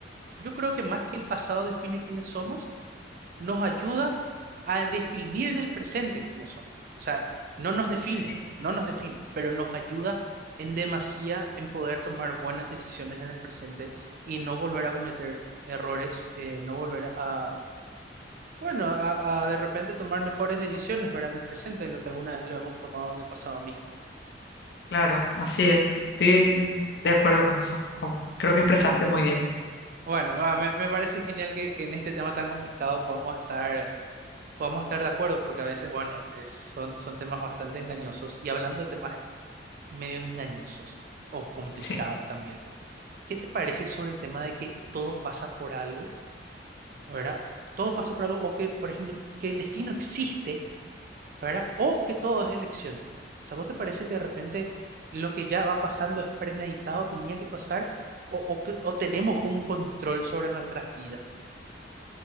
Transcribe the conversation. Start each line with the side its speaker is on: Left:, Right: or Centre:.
Right: yo creo que más que el pasado define quiénes somos, nos ayuda a definir en el presente quiénes somos. O sea, no nos define,
Left: Sí,
Right: no nos define, pero nos ayuda en demasía en poder tomar buenas decisiones en el presente y no volver a cometer errores, eh, no volver a, bueno, a, a de repente tomar mejores decisiones, ¿verdad? En el presente de lo que alguna vez lo hemos tomado en el pasado mismo.
Left: claro, así es. Estoy de acuerdo con eso. Con- Creo que expresaste muy bien.
Right: Bueno, ah, me, me parece genial que, que en este tema tan complicado podamos estar, podamos estar de acuerdo, porque a veces, bueno, es- son, son temas bastante engañosos. Y hablando de temas medio engañosos o complicados
Left: Sí.
Right: también. ¿Qué te parece sobre el tema de que todo pasa por algo, ¿verdad? Todo pasa por algo, o que, por ejemplo, que el destino existe, ¿verdad? O que todo es elección. O sea, ¿vos te parece que de repente lo que ya va pasando es premeditado, tenía que pasar, o, o, que- o tenemos un control sobre nuestras vidas?